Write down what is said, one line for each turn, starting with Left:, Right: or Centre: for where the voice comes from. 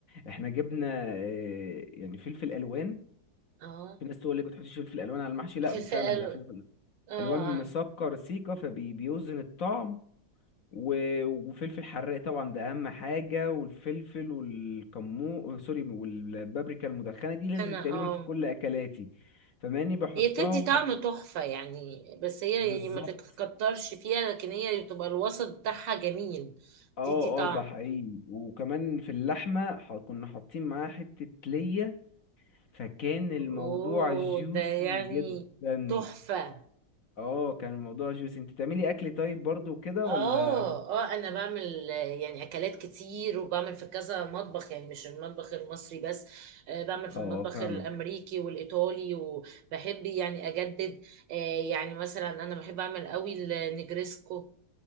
Left: احنا جبنا إيه يعني فلفل الوان
Right: اه
Left: في ناس تقول لك ما تحطيش فلفل الوان على المحشي لا
Right: في الفئه
Left: فعلا ده فلفل
Right: اه
Left: الوان مسكر سيكا فبيوزن الطعم و- وفلفل حراق طبعا ده اهم حاجه والفلفل والكمو آه، سوري والبابريكا المدخنه دي لازم
Right: انا
Left: تقريبا
Right: اه
Left: في كل اكلاتي فماني بحطها
Right: هي بتدي
Left: وحط
Right: طعم تحفه يعني بس هي
Left: بالظبط
Right: يعني ما تتكترش فيها لكن هي بتبقى الوسط بتاعها جميل
Left: اه
Right: تدي طعم
Left: اه ده حقيقي وكمان في اللحمه ح- كنا حاطين معاها حته ليا فكان الموضوع
Right: اوه
Left: جوسي
Right: ده يعني
Left: جدا
Right: تحفه
Left: اه كان الموضوع جوسي انت تعملي اكل طيب برضو كده
Right: اه
Left: ولا
Right: اه انا بعمل آه، يعني اكلات كتير وبعمل في كذا مطبخ يعني مش المطبخ المصري بس آه، بعمل في المطبخ
Left: اه فاهمك
Right: الامريكي والايطالي وبحب يعني اجدد آه، يعني مثلا انا بحب اعمل قوي النجريسكو